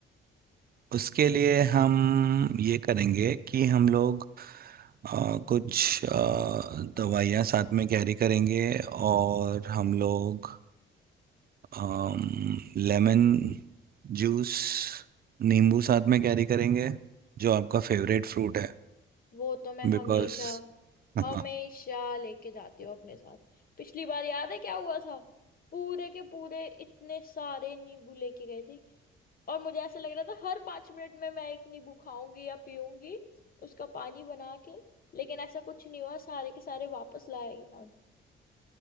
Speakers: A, on the right; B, on the left.
A: उसके लिए हम ये करेंगे कि हम लोग अ, कुछ अ, दवाइयाँ साथ में कैरी करेंगे और हम लोग um, लेमन जूस नींबू साथ में कैरी करेंगे जो आपका फेवरेट फ्रूट है
B: वो तो मैं हमेशा
A: बिकॉज <laughs>
B: हमेशा
A: हाँ
B: लेके जाती हूँ अपने साथ पिछली बार याद है क्या हुआ था पूरे के पूरे इतने सारे नींबू लेके गए थे और मुझे ऐसा लग रहा था हर पांच मिनट में मैं एक नींबू खाऊंगी या पीऊंगी उसका पानी बना के लेकिन ऐसा कुछ नहीं हुआ सारे के सारे वापस लाए गए हम